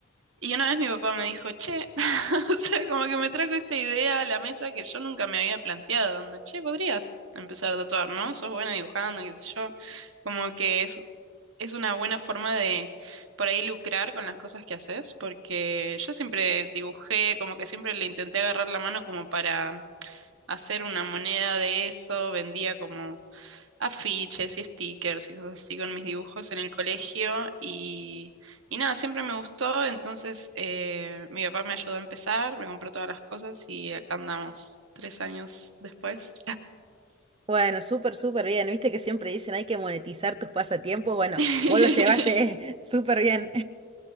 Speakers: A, on the right; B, on the right.
A: Y una vez mi papá me dijo, che, <laughs> o sea, como que me trajo esta idea a la mesa que yo nunca me había planteado, donde, che, podrías empezar a tatuar, ¿no? Sos buena dibujando, qué sé yo. Como que es, es una buena forma de por ahí lucrar con las cosas que haces, porque yo siempre dibujé, como que siempre le intenté agarrar la mano como para hacer una moneda de eso, vendía como afiches y stickers y cosas así con mis dibujos en el colegio y, y nada, siempre me gustó, entonces eh, mi papá me ayudó a empezar, me compró todas las cosas y acá andamos tres años después.
B: Bueno, súper, súper bien. Viste que siempre dicen hay que monetizar tus pasatiempos. Bueno,
A: <laughs>
B: vos lo llevaste <laughs> súper bien.